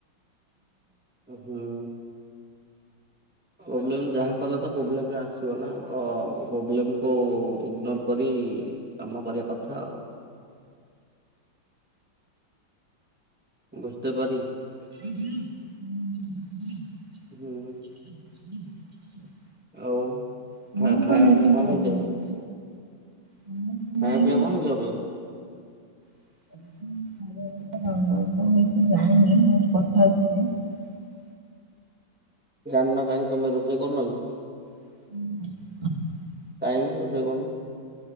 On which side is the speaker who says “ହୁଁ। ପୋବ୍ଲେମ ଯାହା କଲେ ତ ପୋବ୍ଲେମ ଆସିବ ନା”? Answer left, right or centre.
Centre